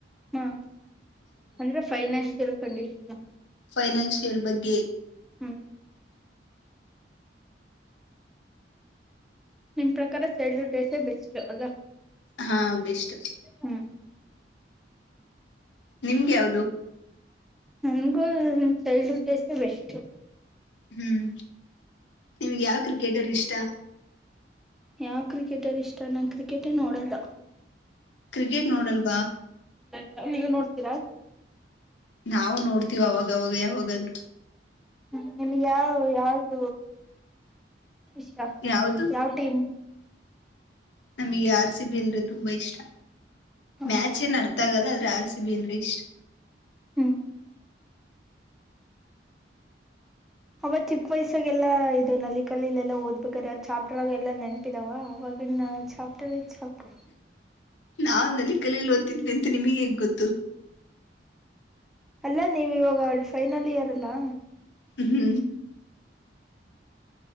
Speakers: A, in the centre; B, on the left (about 80°).
A: ಹ ಅಂದ್ರೆ ಫೈನಾನ್ಲ್ ಕಂಡಿಷನ್
B: ಫೈನಾಷಿಯಲ್ ಇರ್ ಬಗ್ಗೆ
A: ಹ್ಮ್ ನಿಮ್ ಪ್ರಕಾರ ಚೈಲ್ಡ್ಡ್ ಡೈಸೇ ಬೆಸ್ಟ್ ಅಲ್ಲ
B: ಹಾ ಬೆಸ್ಟು
A: ಹ್ಮ್
B: ನಿಮ್ಗ ಯಾವ್ದು
A: ನನ್ಗೂ ಚೈಲ್ಡ್ಹುಡ್ ಡೇಸೆ ಬೆಸ್ಟು
B: ಹ್ಮ್ ನಿಮ್ಗೆ ಯಾವ್ ಕ್ರಿಕೆಟರ್ ಇಷ್ಟ
A: ಯಾವ್ ಕ್ರಿಕೆಟರ್ ಇಷ್ಟ ನಾನ್ ಕ್ರಿಕೆಟೇ ನೋಡಲ್ಲ
B: ಕ್ರಿಕೆಟ್ ನೋಡಲ್ವಾ
A: ಆಯ್ತಾ ನೀವ್ ನೋಡ್ತೀರಾ
B: ನಾವು ನೋಡ್ತೀವ್ ಅವಾಗ್ವಾಗ ಯಾವಾಗಾದ್ರು
A: ಹ್ಮ ನಿಮ್ಗೆ ಯಾವ ಯಾವ್ದ ಇಷ್ಟ
B: ಯಾವ್ದು
A: ಯಾವ ಟೀಮ್
B: ನಮಗೆ ಆರ್ ಸಿ ಬಿ ಅಂದ್ರೆ ತುಂಬಾ ಇಷ್ಟ
A: ಹೌದಾ
B: ಮ್ಯಾಚ್ ಏನ್ ಅರ್ಥ ಆಗಲ್ಲ ರಾಜ್ ಸಬೇಂದ್ರ ಇಷ್ಟ
A: ಹ್ಮ್ ಅವ ಚಿಕ್ಕ ವಯಸ್ಸಾಗೆಲ್ಲಾ ಇದು ನಲ್ಲಿ ಕಲ್ಲಿಲೆ ಎಲ್ಲಾ ಓದ್ಬೇಕ್ರ ಚಾಪ್ಟರ್ಗ ಎಲ್ಲಾ ನೆನಪಿದಾವ ಅವವಾಗಿನ ಚಾಪ ಎ್ಟ ವಸ್ಪ್
B: ನಾವವು ನಲ್ಲಿ ಕಲಲಿ ಓದ್ತಿದ್ವಿ ಅಂತ ನಿಮಗೆ ಹೇಗ್ ಗೊತ್ತು
A: ಅಲ್ಲ ನೀವ ಇವಾಗಲ್ಡ್ ಫೈನಲ್ ಇಯರ್ ಅಲ್ಲಾ
B: ಹ್ಮ್